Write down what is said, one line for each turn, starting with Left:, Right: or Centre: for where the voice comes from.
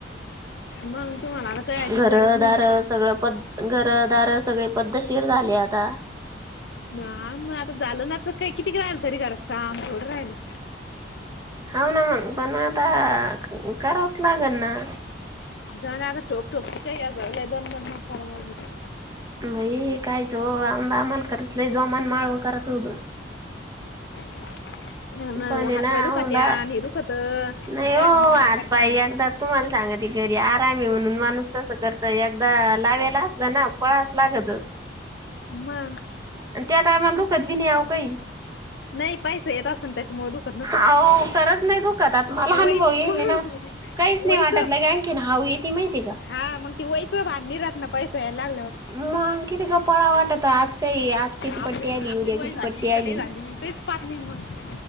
Left: मग तुम्हाला आता कराचीच
Right: घर
Left: गरज नाहीे.
Right: दार सगळं पद्ध. घरदार सगळे पद्धतशीर झाले आता.
Left: हा मग आता झालं ना तर किती काही घरास काम थोडं राहिल.
Right: हाव ना मग पण म आता करावच लागल ना.
Left: जाण आता ठोक ठोकती का याचं लय दणदणाय कराय लागली.
Right: मळी काय जो आमदा आम्हाला खरंच लय जोमान माळ कराच होत ओ.
Left: <inaudible> <unintelligible>
Right: पण आहे
Left: हातपाय
Right: ना
Left: दुखत्यान,
Right: औंदा
Left: हे दुखतं.
Right: नाही
Left: आन
Right: हो
Left: कायम माळव
Right: हात
Left: करता
Right: पाय
Left: का आणि?
Right: एकदा तुम्हाला सांगती घरी आराम म्हणून माणूस तसं कर तर एकदा लावेला असलं ना पळायच लागत.
Left: मग
Right: आणि त्या टायमाला दुखदबी नाही अहो काही.
Left: नाही पैसे येत असन त्याच्यामुळं दुख
Right: आओ खरंच नाही दुखत आता मला
Left: वहीच
Right: अनुभव येईल ना, काहीच
Left: वहीच
Right: नाही वाटत ना अग किन हाऊ येते माहिती हाय का?
Left: हा मगं ते वैच भाण नाही राहत ना पैसे यायला लागल्यावर.
Right: मगं कीती कपाळा वाटत आज. कय आज किती
Left: आपली
Right: पट्टी आली
Left: आपली
Right: उद्या
Left: वय
Right: किती
Left: झाली
Right: पट्टी आली.
Left: का नाही झाली तेच पाहत नाही मग